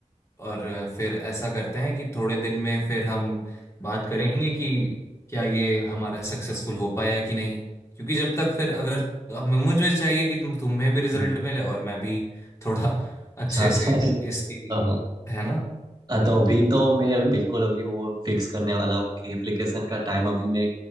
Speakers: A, on the left (about 20°); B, on the right (about 30°).
A: और फिर ऐसा करते हैं कि थोड़े दिन में फिर हम बात करेंगे कि क्या ये हमारा सक्सेसफुल हो पाया कि नहीं
B: <laughs>
A: क्योंकि जब तक फिर अगर हमें मुझे चाहिए कि तुम तुम्हें भी रिजल्ट
B: हम्म,
A: मिले और मैं भी थोड़ा <laughs> अच्छे
B: चाहता
A: से
B: है
A: इसकी
B: हाँ हाँ,
A: है ना
B: तो अभी तो मैं बिल्कुल अभी वो फिक्स करने वाला हूँ कि एप्लीकेशन का टाइम अभी मैं